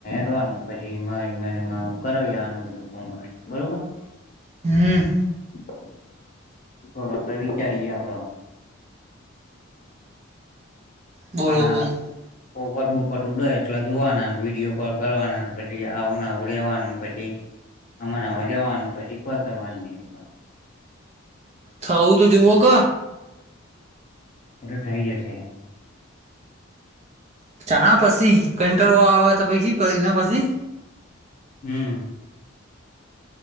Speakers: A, on the left; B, on the right.
A: હવાનું પછી કરો આનું બધું ફમ કરશે બરોબરર
B: હમ
A: વિચારીએ આપડો
B: બરોબર
A: હપટ બોપટ ઉડે એટલે જોવાના વિડીિયો કોલ કરવાના પછી આવું આવું રેવાનું પછી આમામાં જવાનું પછી કોઈ કરવાનું નહી
B: થવું તો જુઓ ક
A: એ તો થઇ જશે
B: ચણા પછી કટ્રો આવે તો પી પ ના પછી
A: હમ